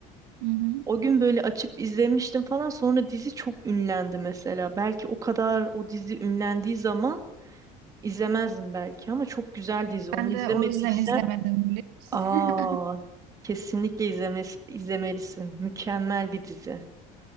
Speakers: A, on the right; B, on the right.
A: Hı hı.
B: O gün böyle açıp izlemiştim falan. Sonra dizi çok ünlendi mesela. Belki o kadar o dizi ünlendiği zaman izlemezdim belki ama çok güzel dizi. Onu
A: Ben
B: izlemediysen
A: de o yüzden izlemedim biliyor musun?
B: aa
A: <laughs>
B: kesinlikle izlemes izlemelisin. Mükemmel bir dizi.